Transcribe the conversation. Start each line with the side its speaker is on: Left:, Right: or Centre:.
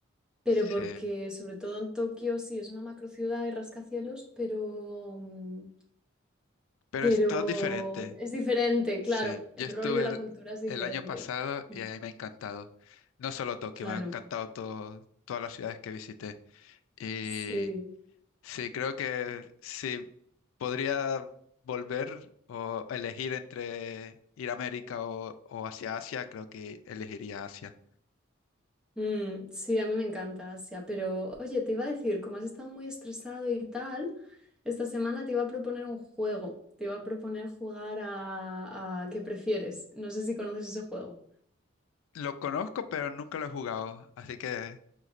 Centre: pero
Left: Sí.
Centre: porque sobre todo en Tokio sí es una macrociudad y rascacielos, pero, mm,
Left: Pero
Centre: pero
Left: es todo diferente.
Centre: es diferente,
Left: Sí.
Centre: claro,
Left: Yo
Centre: el
Left: estuve
Centre: rollo, la
Left: el,
Centre: cultura es diferente.
Left: el año pasado
Centre: Mm,
Left: y ahí me ha encantado. No solo Tokio,
Centre: Claro,
Left: me ha encantado todo, todas las ciudades que visité. Y
Centre: sí.
Left: sí, creo que sí podría volver o elegir entre ir a América o, o hacia Asia, creo que elegiría Asia.
Centre: Mm, sí, a mí me encanta Asia, pero oye, te iba a decir, como has estado muy estresado y tal, esta semana te iba a proponer un juego, te iba a proponer jugar a, a ¿qué prefieres? No sé si conoces ese juego.
Left: Lo conozco, pero nunca lo he jugado, así que